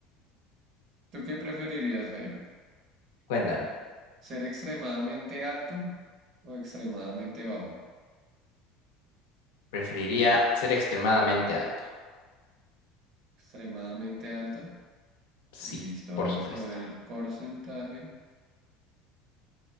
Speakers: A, on the right (about 55°); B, on the left (about 80°).
A: ¿Tú qué preferirías, Jairo?
B: Cuéntame,
A: ¿Ser extremadamente alto o extremadamente bajo?
B: ¿preferiría ser extremadamente alto?
A: Extremadamente alto.
B: Sí,
A: Listo,
B: por
A: vamos
B: supuesto.
A: a ver el porcentaje.